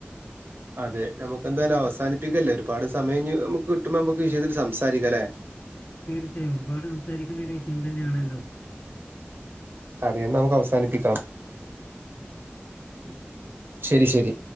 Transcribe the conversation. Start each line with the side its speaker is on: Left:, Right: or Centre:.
Right: അതെ നമുക്ക് എന്തായാലും അവസാനിപ്പിക്ക അല്ലെ ഒരുപാട് സമയം ഇഞ്ഞ് നമുക്ക് കിട്ടുമ്പോ നമുക്ക് വിഷയത്തിൽ സംസാരിക്കാലെ
Left: തീർച്ചയായും ഒരുപാട് സംസാരിക്കേണ്ട ഒരു വിഷയം തന്നെയാണല്ലോ അത്
Right: അതെ നമുക്ക് അവസാനിപ്പിക്കാം
Left: ഉം
Right: ശരി ശരി